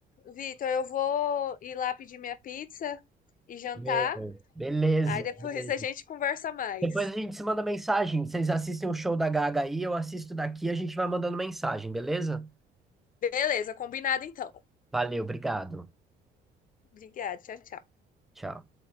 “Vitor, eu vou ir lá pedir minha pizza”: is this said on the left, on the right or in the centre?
Left